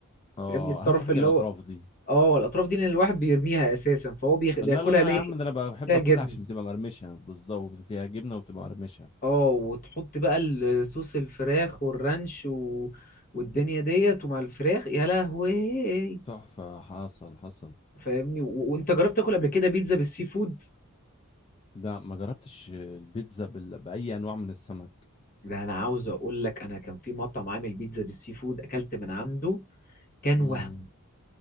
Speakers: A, on the left; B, on the left.
A: اه
B: فاهمني الطرف
A: اهم حاجه
B: اللي
A: الاطراف
B: هو
A: دي
B: اه الاطراف دي اللي الواحد بيرميها اساسا فهو بيخ- بياكلها
A: لا لا لا
B: ليه
A: يا عم ده انا بقى بحب
B: فيها
A: اكلها
B: جبن
A: عشان بتبقى مرمشه بالظبط فيها جبنه وبتبقى مرمشه
B: اه وتحط بقى الصوص الفراخ والرانش و... والدنيا ديت ومع الفراخ يا لهوي
A: تحفه حصل حصل
B: فاهمني و... وانت جربت تاكل قبل كده بيتزا بالسي فود
A: ده ما جربتش البيتزا بال... باي انواع من السمك
B: ده انا عاوز اقول لك انا كان في مطعم عامل بيتزا بالسي فود اكلت من عنده كان
A: امم
B: وهم